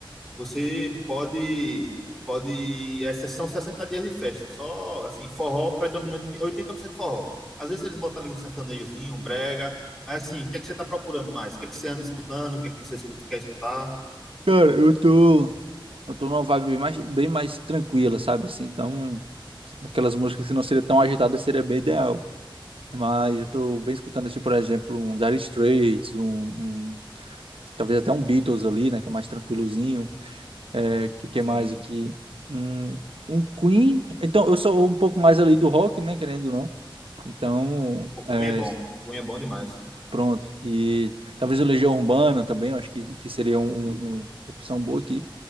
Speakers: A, in the centre; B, on the right.
A: Você pode, pode, é, são 60 dias de festa, só assim, forró predominantemente, 80% forró. Às vezes eles botam ali um sertanejozinho, um brega, mas assim, o que é que você está procurando mais? O que é que você anda escutando? O que é que você escuta- quer escutar?
B: Cara, eu tô... Eu tô numa vibe bem mais, bem mais tranquila, sabe? Assim, então. Aquelas músicas que não seriam tão agitadas seria bem ideal. Mas eu tô bem escutando, assim, por exemplo, um Dire Straits, um, um- talvez até um Beatles ali, né? Que é mais tranquilozinho. É, que, que
A: Sim.
B: mais aqui? Um, um Queen. Então, eu sou um pouco mais ali do rock, né? Querendo ou não. Então,
A: Pô,
B: é,
A: Cunha é bom, Cunha é bom demais.
B: pronto. E talvez o Legião Urbana também, eu acho que, que seria um- um, uma opção boa aqui,